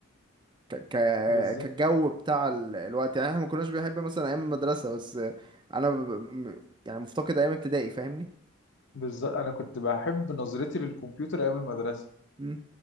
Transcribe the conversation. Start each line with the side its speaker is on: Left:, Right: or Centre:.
Right: ك... ك...
Left: بالظبط
Right: كالجو بتاع ال... الوقت يعني احنا ما كناش بنحب مثلا ايام المدرسه بس انا ب... ب- يعني مفتقد ايام ابتدائي فاهمني
Left: بالظبط انا كنت بحب نظرتي للكمبيوتر ايام المدرسه
Right: مم.